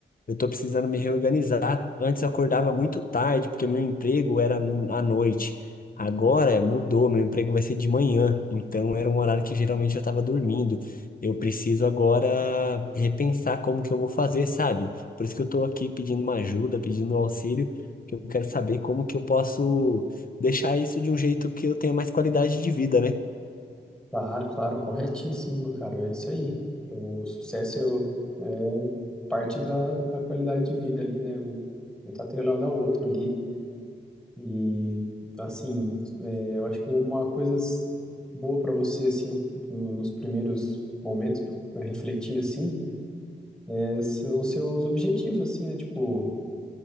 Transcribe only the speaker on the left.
Eu tô precisando me reorganizar. Antes eu acordava muito tarde, porque meu emprego era no- à noite. Agora mudou, meu emprego vai ser de manhã. Então era um horário que geralmente eu tava dormindo. Eu preciso agora repensar como que eu vou fazer, sabe? Por isso que eu tô aqui pedindo uma ajuda, pedindo um auxílio, que eu quero saber como que eu posso deixar isso de um jeito que eu tenha mais qualidade de vida, né?